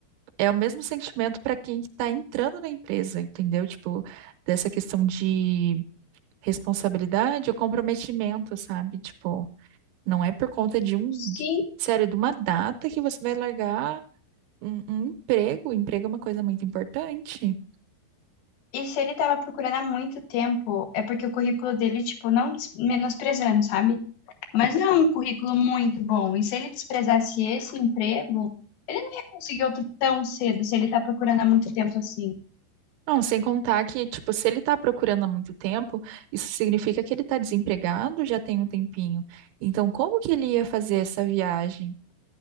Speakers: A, on the right (about 80°); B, on the left (about 65°).
A: é o mesmo sentimento para quem tá entrando na empresa, entendeu? Tipo, dessa questão de responsabilidade ou comprometimento, sabe? Tipo. Não é por conta de um,
B: Sim.
A: de- sério, de uma data que você vai largar um, um emprego. O emprego é uma coisa muito importante.
B: E se ele tava procurando há muito tempo, é porque o currículo dele, tipo, não des- menosprezando, sabe? Mas não é um currículo muito bom. E se ele desprezasse esse emprego, ele não ia conseguir outro tão cedo, se ele tá procurando há muito tempo assim.
A: Não, sem contar que, tipo, se ele tá procurando há muito tempo, isso significa que ele tá desempregado já tem um tempinho. Então, como que ele ia fazer essa viagem